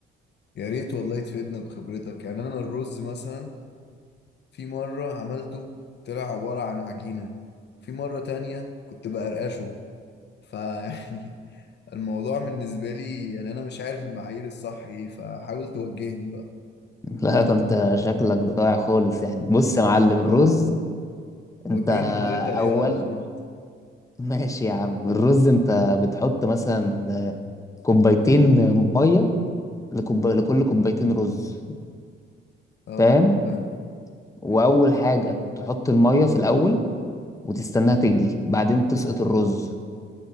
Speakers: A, on the left; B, on the left.
A: يا ريت والله تفيدنا بخبرتك يعني انا الرز مثلا في مره عملته طلع عباره عن عجينه في مره تانية كنت بقرقشه فيعني <laughs> الموضوع بالنسبه لي يعني انا مش عارف المعايير الصح ايه فحاول توجهني بقى
B: <laughs> لا ده انت شكلك ضايع خالص يعني بص يا معلم الرز
A: وجهني
B: انت
A: من غير تريقه
B: اول
A: لو سمحت
B: <laughs> ماشي يا عم الرز انت بتحط مثلا كوبايتين ميه لكوب... لكل كوبايتين رز
A: اه
B: فاهم
A: تمام.
B: واول حاجه تحط الميه في الاول وتستناها تغلي بعدين تسقط الرز